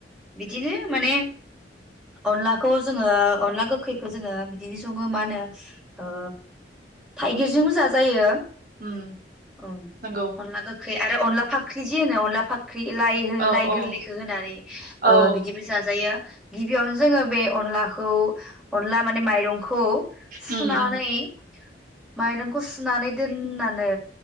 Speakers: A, in the centre; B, on the right (about 55°).
A: बिदिनो माने अनलाखौ जोङो अनला गोखैखौ जोङो बिदिनो सङो मा होनो ओ थाइगिरजोंबो जाजायो।
B: ओम
A: औ
B: नंगौ।
A: अनला गोखै आरो अनला फाखख्रि जि होनो अनला फाख लाइ हो
B: औ
A: लाइ
B: औ
A: गोरलै खो होनानै
B: औ
A: ओ बिदिबो जाजायो गिबियावनो जोङो बे अनलाखौ अनला माने माइरंखौ सुनानै
B: उम उम
A: माइरंखौ सुनानै दोननानै